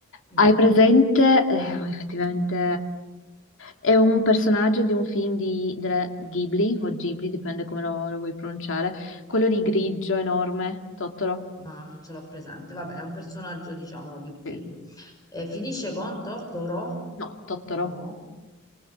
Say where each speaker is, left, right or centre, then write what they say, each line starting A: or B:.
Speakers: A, on the left; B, on the left.
A: No,
B: Hai presente? eh, ma effettivamente è un personaggio di un film di, della Ghibli, o Ghibli, dipende come lo, lo vuoi pronunciare. Quello di grigio enorme, Tottoro.
A: ma non ce l'ho presente. Vabbè, è un personaggio, diciamo, di un film.
B: Sì.
A: E finisce con Tortoro.
B: No, Tottoro.
A: Ro.